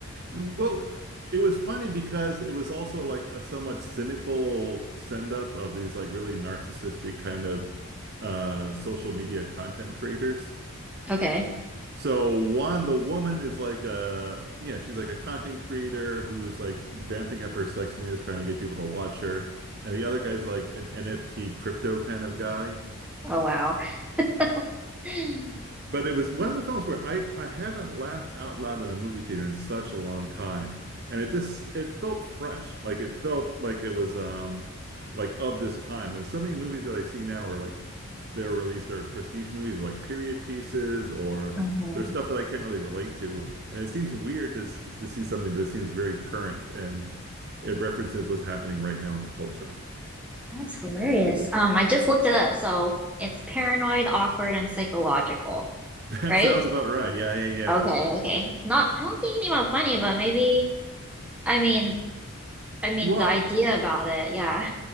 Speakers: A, on the right (about 45°); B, in the centre.
A: Well, it was funny because it was also like a somewhat cynical send up of these like really narcissistic kind of uh social media content creators.
B: Okay.
A: So one, the woman is like a yeah, she's like a content creator who's like vamping up her sexiness, trying to get people to watch her. And the other guy's like an NFT crypto kind of guy.
B: Oh, wow. <gasps> <laughs>
A: But it was one of the films where I I haven't laughed out loud in a movie theater in such a long time, and it just it felt fresh, like it felt like it was um like of this time. And so many movies that I see now are like they're released are prestige movies or like period pieces or
B: hmm
A: there's stuff that I can't really relate to, and it seems weird to s- to see something that seems very current and it references what's happening right now in the culture. <laughs>
B: That's hilarious. Um, I just looked it up. So it's paranoid, awkward, and psychological,
A: That
B: right?
A: sounds about right. Yeah, yeah, yeah.
B: Okay, okay. Not, I don't think anything about funny, but maybe, I mean, I mean
A: Well,
B: the idea about it, yeah.